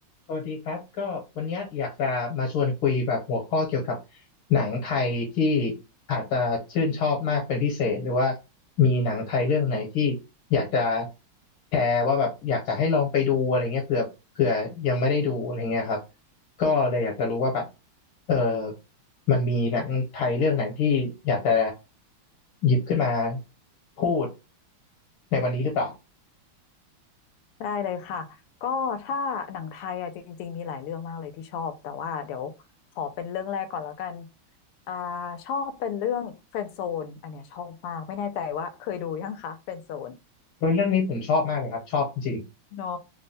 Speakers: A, on the left; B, on the left.
A: สวัสดีครับก็วันเนี้ยอยากจะมาชวนคุยแบบหัวข้อเกี่ยวกับหนังไทยที่อาจจะชื่นชอบมากเป็นพิเศษหรือว่ามีหนังไทยเรื่องไหนที่อยากจะแชร์ว่าแบบอยากจะให้ลองไปดูอะไรเงี้ยเผื่อเผื่อยังไม่ได้ดูอะไรเงี้ยครับก็เลยอยากจะรู้ว่าแบบเออมันมีหนังไทยเรื่องไหนที่อยากจะหยิบขึ้นมาพูดในวันนี้หรือเปล่า
B: ได้เลยค่ะก็ถ้าหนังไทยอ่ะจริงๆมีหลายเรื่องมากเลยที่ชอบแต่ว่าเดี๋ยวขอเป็นเรื่องแรกก่อนแล้วกันอ่าชอบเป็นเรื่อง r ฟ e น d z โซนอันเนี้ยชอบมากไม่แน่ใจว่าเคยดูยังคะ r ฟ e น d z โซน
A: โดยเรื่องนี้ผมชอบมากเลยครับชอบจริงๆ
B: เนาะ